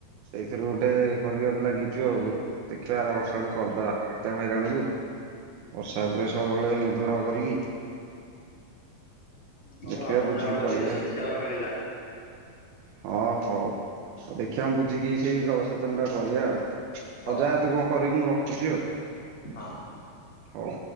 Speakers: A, on the right (about 85°); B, on the left (about 20°).
A: ସେଇଥିରୁ ଗୋଟେ କରିବାକୁ ଲାଗିଚୁ ଆଉ ଦେଖିବା ଆର ବର୍ଷ ଆଡକୁ କରିଦବା ଏତେ ହଇରାଣକୁ ବର୍ଷା ଉପରେ ସବୁବେଳେ ନିର୍ଭର କରିକି
B: ହଉ
A: ଦେଖିବା
B: ଆପଣ
A: ବୁଝିକି
B: ଯାହାଠୁ
A: କଲିବା।
B: କିଛି ଶିଖିବାକୁ ମିଳିଲା
A: ହଁ ହୋଉ, ହୋଉ ଦେଖିବା ମୁଁ ବୁଝିକି ସେଇ ଜଳସେଚନ ଟା କରିବା ଆଉ। ହୋଉ
B: ହଉ
A: ଜା ତୁ କଣ କରିବୁ। ମୁଁ ରଖୁଚି ଆଉ।
B: ହଁ।
A: ହୋଉ।